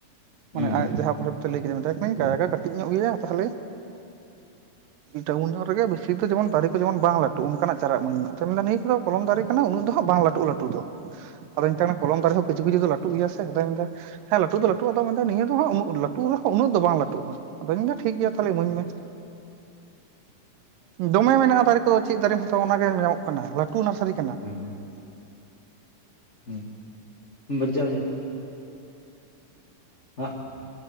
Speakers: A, on the left (about 30°); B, on the right (about 85°).
A: ᱦᱩᱸ
B: ᱢᱟᱱᱮ ᱟᱡ ᱡᱟᱦᱟᱸ ᱵᱷᱟᱵ ᱛᱮ ᱞᱟᱹᱭ ᱠᱮᱫᱭ ᱢᱮᱛᱟᱭ ᱠᱟᱱᱟᱹᱧᱼᱼ ᱡᱟᱭᱜᱟ ᱠᱟᱹᱴᱤᱡ ᱧᱚᱜ ᱜᱮᱭᱟ ᱛᱟᱦᱚᱞᱮᱼᱼ ᱴᱟᱣᱩᱱ ᱧᱚᱜ ᱨᱮᱜᱮ ᱵᱮᱥᱤ ᱫᱚ ᱡᱮᱢᱚᱱ ᱫᱟᱨᱮ ᱠᱚ ᱡᱮᱢᱚᱱ ᱵᱟᱝ ᱞᱟᱹᱴᱩᱜ ᱚᱱᱠᱟᱱᱟᱜ ᱪᱟᱨᱟᱜ ᱤᱢᱟᱹᱧ ᱢᱮ ᱟᱫᱼᱼ ᱢᱮᱱ ᱮᱫᱟ ᱱᱤᱭᱟᱹ ᱠᱚᱫᱚ ᱠᱚᱞᱚᱢ ᱫᱟᱨᱮ ᱠᱟᱱᱟ ᱩᱱᱟᱹᱜ ᱫᱚ ᱦᱟᱸ ᱵᱟᱝ ᱞᱟᱹᱴᱩᱜᱼᱟ ᱞᱟᱹᱴᱩ ᱫᱚ᱾ ᱟᱫᱚᱧ ᱢᱮᱛᱟᱭ ᱠᱟᱱᱟ ᱠᱞᱚᱢ ᱫᱟᱨᱮ ᱦᱚᱸ ᱠᱤᱪᱩ ᱠᱤᱪᱷᱩ ᱫᱚ ᱞᱟᱹᱴᱩᱜ ᱜᱮᱭᱟ ᱥᱮ ᱟᱫᱚᱧ ᱢᱮᱱ ᱮᱫᱟᱼᱼ ᱦᱮᱸ ᱞᱟᱹᱴᱩ ᱫᱚ ᱞᱟᱹᱴᱩᱜᱼᱟ ᱟᱫᱚ ᱢᱮᱱᱫᱟ ᱱᱤᱭᱟᱹ ᱫᱚ ᱦᱟᱜ ᱞᱟᱹᱩᱜ ᱨᱮᱦᱚᱸ ᱩᱱᱟᱹᱜ ᱫᱚ ᱵᱟᱝ ᱞᱟᱹᱴᱩᱜᱼᱟ᱾ ᱟᱫᱚᱧ ᱞᱮᱫᱟ ᱴᱷᱤᱠ ᱜᱮᱭᱟ ᱛᱟᱦᱚᱞᱮ ᱤᱢᱟᱹᱧ ᱢᱮ
A: <inaudible>
B: ᱫᱚᱢᱮ ᱢᱮᱱᱟᱜᱼᱟ ᱫᱟᱨᱮ ᱠᱚᱫᱚ ᱪᱮᱫ ᱫᱟᱨᱮᱢ ᱦᱟᱛᱟᱣᱟ ᱚᱱᱟᱜᱮ ᱧᱟᱢᱚᱜ ᱠᱟᱱᱟ ᱞᱟᱹᱴᱩ ᱱᱟᱨᱥᱟᱨᱤᱼᱼ
A: ᱦᱮᱸᱻ ᱦᱩᱸ <inaudible> <unintelligible>